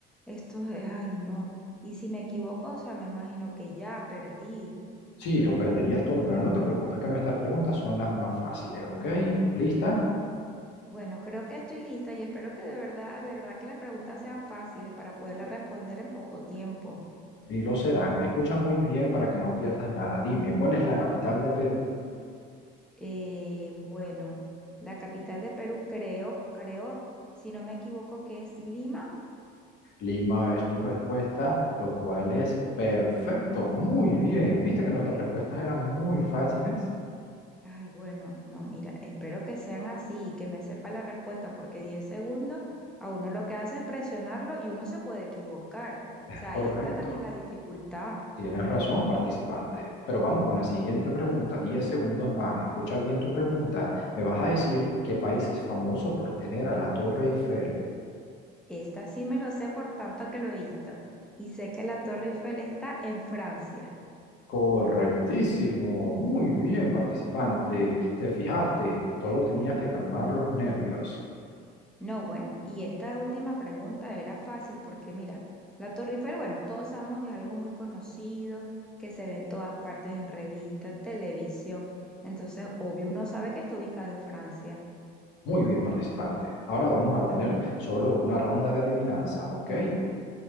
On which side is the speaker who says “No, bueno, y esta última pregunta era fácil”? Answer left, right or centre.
Centre